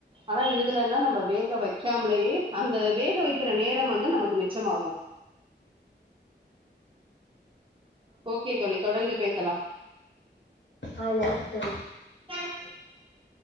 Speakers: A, on the right; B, on the left.
A: ஆனா இதுலன்னா நம்ம வேக வைக்காமலேயே அந்த வேக வைக்கிற நேரம் வந்து நமக்கு மிச்சமாகு ஓகே தோழி தொடர்ந்து பேசலா
B: ஆ நன்றி தோழி
A: !!!!!!!!!!